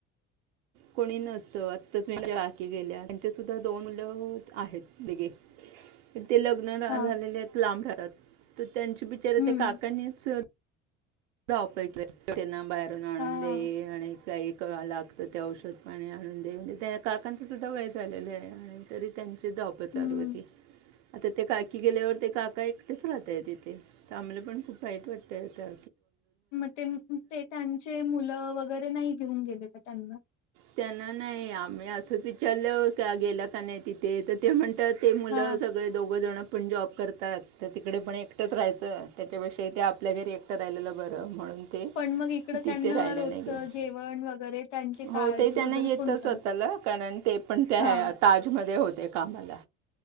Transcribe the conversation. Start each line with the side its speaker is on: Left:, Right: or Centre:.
Right: कोणी नसतं आत्ताच एक काकी गेल्या त्यांचे सुद्धा दोन मुलं आहेत निगे ते लग्न झालेले
Left: हां,
Right: आहेत लांब राहतात. त्यांच्या बिचाऱ्या
Left: हं,
Right: त्या काकानीच <unintelligible> त्यांना बाहेरून आणून
Left: हां,
Right: दे आणि काही कवा ला फक्त ते औषध पाणी आणून दे म्हणजे त्या काकांचं सुद्धा वय झालेलं आहे आणि तरी त्यांनी ते धावपळ चालू
Left: हं.
Right: होती. आता ते काकी गेल्यावर ते काका एकटेच राहत आहे तिथे तर आम्हाला पण खूप माहीत वाटतंय त्या
Left: मग ते ते त्यांचे मुलं वगैरे नाही घेऊन गेले का त्यांना?
Right: त्यांना नाही आम्ही असंच विचारलं का गेलं का नाही तिथे तर ते म्हणतात ते मुलं
Left: हां.
Right: सगळे दोघं जण पण जॉब करतात, तर तिकडे पण एकटंच राहायचं त्याच्यापेक्षा इथे आपल्या घरी एकटं राहिलेलं बरं म्हणून, ते
Left: पण मग इकड
Right: तिथे
Left: त्यांना
Right: राहायला
Left: रोजच
Right: नाही गेले
Left: जेवण वगैरे त्यांची काळजी,
Right: हो ते त्यांना
Left: वगैरे
Right: येतच
Left: कोण करत?
Right: होताल कारण, ते पण त्या
Left: हां.
Right: ह्या ताजमध्ये होते कामाला.